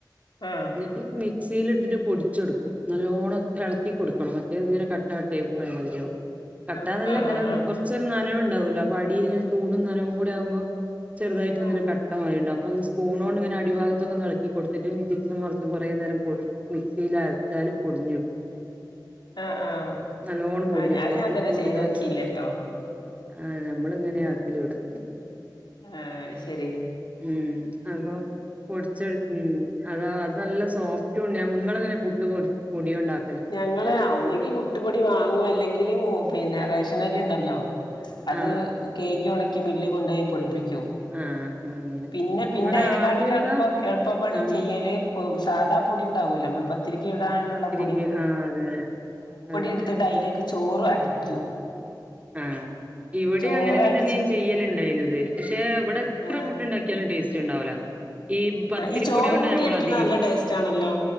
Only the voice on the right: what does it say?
എന്നിട്ട് മിക്സിലിട്ടിട്ട് പൊടിച്ചെടുക്കും നല്ലോണം ഇളക്കി കൊടുക്കണം മറ്റേത് ഇങ്ങനെ കട്ട കട്ടയായി പോയ മാതിരിയാവും. കട്ടന്നല്ല
അങ്ങനെ
കൊറച്ചൊരു നനവ് ഉണ്ടാവുമല്ലോ അപ്പോ അടിൽ ഇങ്ങനെ ചൂടും നനവും കൂടി ആകുമ്പോ ചെറുതായിട്ട്
ഇങ്ങനെ കട്ടമാതിരിയിണ്ടാകും. അപ്പോ ഒന്ന് സ്പൂണ് കൊണ്ട് ഇങ്ങനെ അടിഭാഗത്തൊക്കെ ഇളക്കി കൊടുത്തിട്ട് തിരിച്ചും മറിച്ചും കുറേ നേരം പൊ മിക്സിൽ അരച്ചാല് ല് പൊടിഞ്ഞ് കിട്ടും.
നല്ലോണം പൊടിഞ്ഞ്
കിട്ടും
കൊറച്ച്
ഉപ്പും ഇട്ടിട്ട്
അരച്ചാ. ആഹ് നമ്മള് ഇങ്ങനെയാ ആക്കല് ഇവിടെ.
ഉം അപ്പോ പൊടിച്ചെടുത്ത് ഉം അത് അത് നല്ല സോഫ്റ്റ് ഉണ്ടാവും ഇങ്ങളങ്ങനെ പുട്ട് പൊടിയോണ്ടാക്കുവാ?
ആഹ്
ആഹ് ആഹ് അങ്ങനെ
ഇവിടെ
ആദ്യൊക്കെ
ആഹ്
ടി ആ അതെ അതെ അതെ.
ആ ഇവിടേം
അങ്ങനൊക്കെ
തന്നെയും ചെയ്യലുണ്ടായിന് ന്നത് പക്ഷേ ഇവിടെ എത്ര
പുട്ടുണ്ടാക്കിയാലും ടേസ്റ്റ് ഉണ്ടാവൂല. ഈ പത്തിരിപ്പൊടി
കൊണ്ടാ
ഞമ്മളധികവും